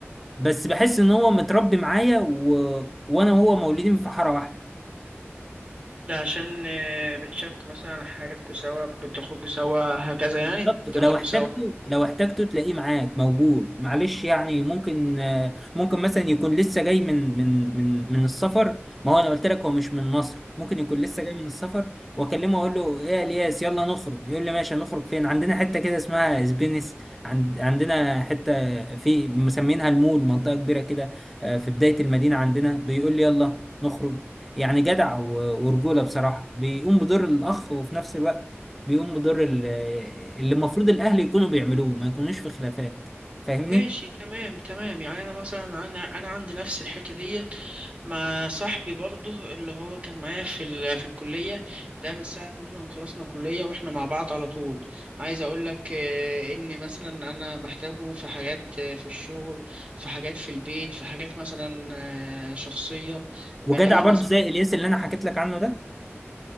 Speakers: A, in the centre; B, on the right.
A: بس بحس ان هو متربي معايا و... وانا وهو مولودين في حاره واحده
B: ده عشان آه، بتشاركوا مثلا حاجاتكوا سوا بتخرجوا سوا هكذا يعني
A: بالظبط
B: دماغكوا
A: لو احتجته
B: سوا
A: لو احتجته تلاقيه معاك موجود معلش يعني ممكن آه، ممكن مثلا يكون لسه جاي من من من من السفر ما هو انا قلت لك هو مش من مصر ممكن يكون لسه جاي من السفر واكلمه اقول له ايه يا الياس يلا نخرج يقول لي ماشي هنخرج فين عندنا حته كده اسمها اسبينس عند عندنا حته في مسمينها المول منطقه كبيره كده آه، في بدايه المدينه عندنا بيقول لي يلا نخرج يعني جدع و- ورجوله بصراحه بيقوم بدور الاخ وفي نفس الوقت بيقوم بدور ال- اللي المفروض الاهل يكونوا بيعملوه ما يكونوش في خلافات فاهمني
B: ماشي تمام تمام يعني انا مثلا انا انا عندي نفس الحكايه ديت مع صاحبي برضه اللي هو كان معايا في ال... في الكليه ده من ساعه ما احنا ما خلصنا كليه واحنا مع بعض على طول عايز اقول لك آه، اني مثلا انا بحتاجه في حاجات آه، في الشغل في حاجات في البيت في حاجات مثلا آه، شخصيه بلاقيه
A: وجدع برضو
B: مثلا
A: زي الياس اللي انا حكيت لك عنه ده